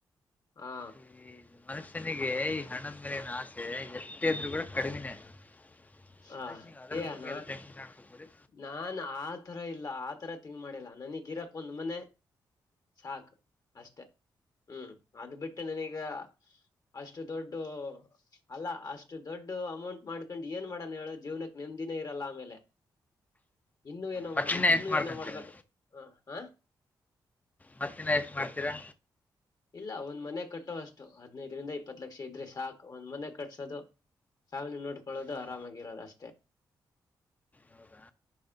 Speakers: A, on the left; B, on the left.
A: ಹಾ
B: ಈ ಮನುಷ್ಯನಿಗೆ ಈ ಹಣ್ಣದ ಮೇಲಿನ ಆಸೆ ಎಷ್ಟ ಇದ್ರು ಕೂಡ ಕಡಿಮಿನೇ ಆ
A: ಆ
B: ಅದಕ್ ನೀವು ಅದ್ರ
A: ಏ
B: ಬಗ್ಗೆ
A: ಅಣ್ಣ
B: ಎಲ್ಲಿ ತೆಂ ಕಕೊಂಡಬೋಡಿ
A: ನಾನ್ ಆತರ ಇಲ್ಲ ಆತರ ತಿಂಗ್ ಮಾಡಿಲ್ಲ ನನಗ್ಿರಕ್ ಒಂದ್ ಮನೆ ಸಾಕ್ು ಅಷ್ಟೆ ಹ್ಮ್ ಅದು್ ಬಿಟ್ಟು ನನೀಗ ಅಷ್ಟು ದೊಡ್ಡ ಅಲ್ಲ ಅಷ್ಟು ದೊಡ್ಡ ಅಮೌಂಟ್ ಮಾಡ್ಕೊಂಡ್ ಏನ್ ಮಾಡಣ ಹೇಳ ಜೀವನಕ್ ನೆಮದಿನೇ ಇರಲ್ಲ ಆಮೇಲೆ ಇನ್ನು ಏನೋ
B: ಮತ್ತಿನ್ನ
A: ಮಾಡ್ಬೇಕು ಇನ್ನುೂ
B: ಎಷ್ಟು ಮಾಡ್ಕೊಂತೀರಾ
A: ಏನೋ ಮಾಡ್ಬೇಕ ಹ ಹಾ
B: ಮತ್ತಿನ ಎಷ್ಟು ಮಾಡ್ತೀರಾ
A: ಇಲ್ಲ ಒಂದ್ ಮನೆ ಕಟ್ಟೋ ಅಷ್ಟು ಹದ್ನೈದರಿಂದ ಇಪ್ಪತ್ ಲಕ್ಷ ಇದ್ರೆ ಸಾಕು ಒಂದ್ ಮನೆ ಕಟ್ಸೋದು ಫ್ಯಾಮಿಲಿ ನೋಡ್ಕೊಳ್ಳೋದು
B: ಹಾಂ,
A: ಆರಾಮಾಗಿರೋದು ಅಷ್ಟೇ
B: ಹೌದಾ